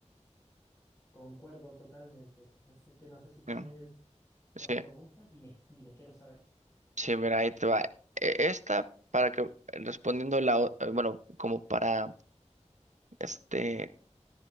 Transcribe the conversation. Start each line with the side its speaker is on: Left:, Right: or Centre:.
Left: Concuerdo totalmente. Así que no sé si tienes
Right: Mm,
Left: otra
Right: Sí,
Left: pregunta. Dime, dime, quiero saber.
Right: sí, mira, ahí te va. E- Esta, para que respondiendo la, o- eh, bueno, como para este